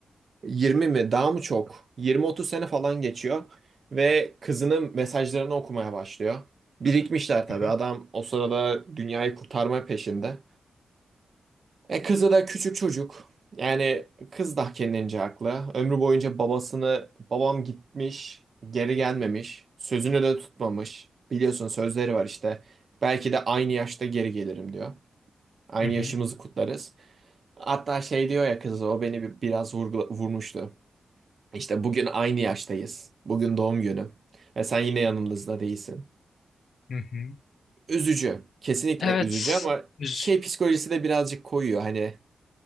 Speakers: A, on the right (about 50°); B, on the left (about 70°).
A: yirmi mi daha mı çok? yirmi otuz sene falan geçiyor. Ve kızının mesajlarını okumaya başlıyor. Birikmişler
B: Hı
A: tabii
B: hı,
A: adam o sırada dünyayı kurtarma peşinde. E kızı da küçük çocuk. Yani kız da kendince haklı. Ömrü boyunca babasını babam gitmiş geri gelmemiş. Sözünü de tutmamış. Biliyorsun sözleri var işte. Belki de aynı yaşta geri gelirim diyor. Aynı
B: hı hı, hı
A: yaşımızı
B: hı,
A: kutlarız. Hatta şey diyor ya kız o beni bir- biraz vurgula- vurmuştu. İşte bugün aynı yaştayız. Bugün doğum günüm. Ve sen yine yanımızda değilsin.
B: hı hı.
A: Üzücü. Kesinlikle
B: Evet.
A: üzücü ama
B: Üz
A: şey psikolojisi de birazcık koyuyor. Hani